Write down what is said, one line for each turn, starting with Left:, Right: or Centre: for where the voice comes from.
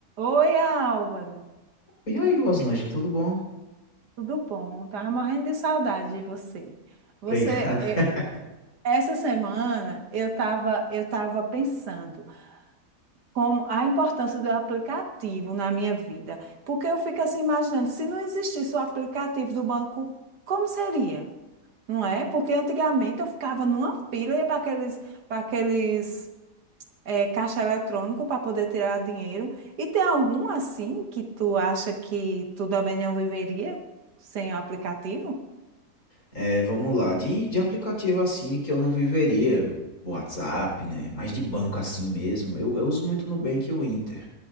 Right: Oi, Álvaro,
Left: E aí, Roslândia, tudo bom?
Right: tudo bom? Tava morrendo de saudade de você. Você,
Left: Obrigado.
Right: eh,
Left: <laughs>
Right: essa semana eu estava eu tava pensando como a importância do aplicativo na minha vida, porque eu fico assim imaginando, se não existisse o aplicativo do banco, como seria? Não é? Porque antigamente eu ficava numa fila e ia para aqueles, para aqueles é, caixa eletrônico para poder tirar dinheiro. E tem algum assim que tu acha que tu também não viveria sem o aplicativo?
Left: É, vamos lá. De, de aplicativo assim que eu não viveria, WhatsApp, né? Mas de banco assim mesmo. Eu, eu uso muito Nubank e o Inter.